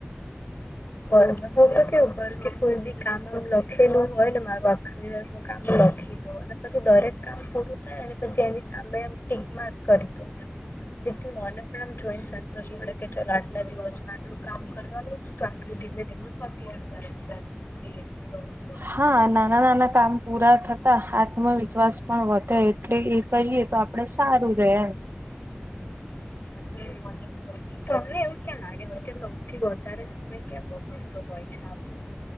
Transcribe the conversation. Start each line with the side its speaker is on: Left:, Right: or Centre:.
Left: હું તો કેવું ઘર કે કોઈ બી કામ લખેલું હોય ને મારું આ નું કામ લખી દો અને પછી દરેક કામ પૂરું પછી એની સામે એમ ટીક માર્ક કરી દઉં તેથી મને પણ આમ જોઈને સંતોષ મળે કે ચાલ આટલા દિવસમાં આટલું કામ કરવાનું હતું તો ટો ધીમે ધીમે પતી જતા રહેશે <unintelligible>
Right: હા નાના નાના કામ પૂરા થતા આત્મવિશ્વાસ પણ વધે એટલે એ કહીએ તો આપડે સારું રહે એમ
Left: હમ્મ તમને એવું ક્યાં લાગે છે કે સૌથી વધારે સમય ક્યાં બગડતો હોય છે આપડુ